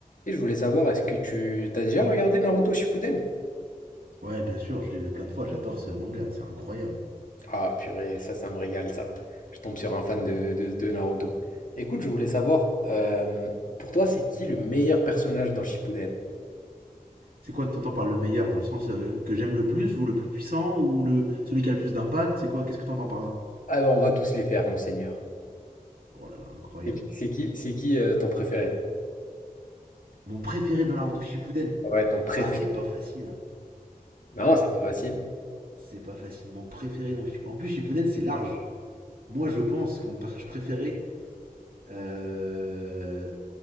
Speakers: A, on the left; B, on the right.
A: Et je voulais savoir, est-ce que tu t'as déjà regardé Naruto Shippuden?
B: Ouais, bien sûr, je l'ai vu plein de fois, j'adore ce manga, c'est incroyable.
A: Ah purée, ça, ça me régale ça. Je tombe sur un fan de, de- de Naruto. Écoute, je voulais savoir, euh, pour toi, c'est qui le meilleur personnage dans Shippuden?
B: C'est quoi que t'entends par le meilleur dans le sens euh, que j'aime le plus ou le plus puissant ou le celui qui a le plus d'impact C'est quoi Qu'est-ce que t'entends par là
A: Ah ben, on va tous les faire, monseigneur.
B: Oh là là, incroyable.
A: C'est qui, c'est qui, c'est qui, euh, ton préféré?
B: Mon préféré dans Naruto Shippuden.
A: Ouais, ton préféré.
B: Ouah, c'est pas facile hein.
A: Non, c'est pas facile.
B: C'est pas facile. Mon préféré dans Shippuden. En plus Shippuden c'est large. Moi je pense que mon personnage préféré euh,